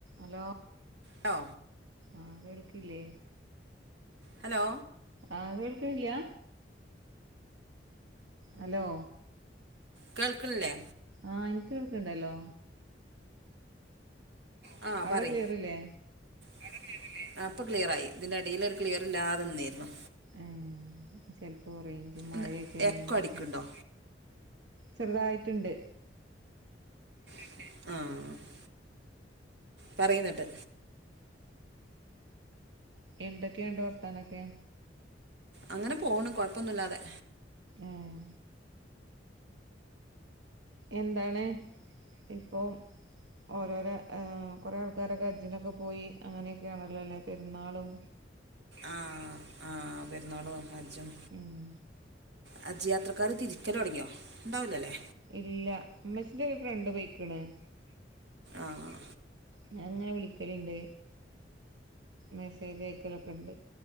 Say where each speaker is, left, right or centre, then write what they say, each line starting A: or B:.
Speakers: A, on the right; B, on the right.
A: അലോ
B: ലോ
A: ആഹ്‌ കേൾക്കില്ല്യേ
B: ഹലോ
A: ആഹ്‌ കേൾക്കിനില്ലാ ഹലോ
B: കേൾക്ക്ൾല്യേ
A: ആഹ്‌ ഇൻക്ക് കേൾക്ക്ണ്ടല്ലോ
B: ഹലോ ആഹ്‌
A: അവിടെ
B: പറി
A: ക്ലിയറില്ലേ
B: അവിടെ ക്ലിയർ ഇല്ലേ. ആഹ് ഇപ്പം ക്ലിയർ ആയി ഇതിന്റടിലൊരു ക്ലിയറില്ലാതെ നിന്നിരുന്നു
A: ഏഹ് ചെൽപ്പോ റേഞ്ച് മഴെക്കല്ലേ
B: എന്താ എക്കോ
A: അല്ലേ‌യ്
B: അടിക്കുന്നുണ്ടോ
A: ചെറ്തായിട്ട്ണ്ട്
B: ആഹ്‌ പറയ്ന്നട്ട്
A: എന്തൊക്കെ യുണ്ട് വർത്താനൊക്കെ
B: അങ്ങന പോണ് കൊഴപ്പൊന്നുല്ലാതെ
A: ഏഹ് എന്താണ് ഇപ്പോം ഓരോരെ ഏഹ് കൊറേ ആൾക്കാരൊക്കെ ഹജ്ജിനൊക്കെ പോയി അങ്ങനെയൊക്കെയാണല്ലൊലെ പെര്ന്നാളും
B: ആഹ് ആഹ് പെരുന്നാളും ഹജ്ജും
A: ഉം
B: ഹജ്ജ് യാത്രക്കാര് തിരിക്കലൊട്ങ്ങിയോ ഇണ്ടാവൂലലേ
A: ഇല്ലാ ഇമ്മച്ചിന്റെ ഒരു ഫ്രണ്ട് പൊയിക്ക്ന്
B: ആഹ്
A: അഹ് ഇങ്ങെനെ വിളിക്കലിണ്ട് മെസ്സേജ് അയക്കലൊക്കെ ഇണ്ട്